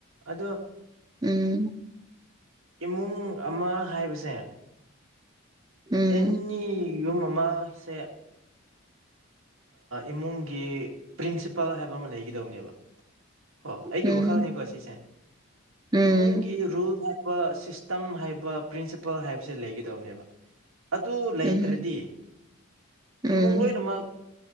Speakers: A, on the right; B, on the right.
A: ꯑꯗꯣ
B: ꯎꯝ
A: ꯏꯃꯨꯡ ꯑꯃ ꯍꯥꯏꯕꯁꯦ
B: ꯎꯝ
A: ꯑꯦꯅꯤ ꯌꯨꯝ ꯑꯃꯁꯦ ꯏꯃꯨꯡꯒꯤ ꯄ꯭ꯔꯤꯟꯁꯤꯄꯥꯜ ꯍꯥꯏꯕ ꯑꯃ ꯂꯩꯒꯗꯧꯅꯦꯕ ꯑꯣ ꯑꯩꯒꯤ
B: ꯎꯝ ꯎꯝ
A: ꯋꯥꯈꯜꯅꯤꯀꯣ ꯁꯤꯁꯦ
B: ꯎꯝ
A: ꯏꯃꯨꯡꯒꯤ ꯔꯨꯜ ꯍꯥꯏꯕ ꯁꯤꯁꯇꯝ ꯍꯥꯏꯕ ꯄ꯭ꯔꯤꯟꯁꯤꯄꯜ ꯍꯥꯏꯕꯁꯦ ꯂꯩꯒꯗꯕꯅꯦꯕ ꯑꯗꯨ ꯂꯩꯇ꯭ꯔꯗꯤ
B: ꯎꯝ ꯎꯝ
A: ꯏꯃꯨꯡ ꯂꯣꯏꯅꯃꯛ